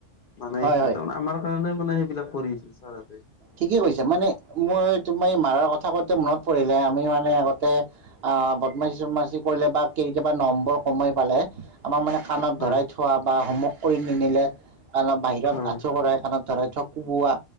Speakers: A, on the left (about 50°); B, on the right (about 60°).
A: মানে
B: হয়
A: তাৰমানে
B: হয়
A: আমাৰ কাৰণে মানে সেইবিলাক কৰি আছিল চাৰহতে।
B: ঠিকে কৈছে মানে মই তুমাৰ মাৰাৰ কথা কওঁতে মনত পৰিলে আমি মানে আগতে আহ বদমাচি চদমাচি কৰিলে বা কেতিয়াবা নম্বৰ কমাই পালে- আমাক মানে কাণত
A: হয়
B: ধৰাই থোৱা বা হোমৱৰ্ক কৰি নিনিলে। কাৰণত বাহিৰত
A: হয়
B: আঁঠু কৰাই কানত ধৰাই ধক কোবোৱা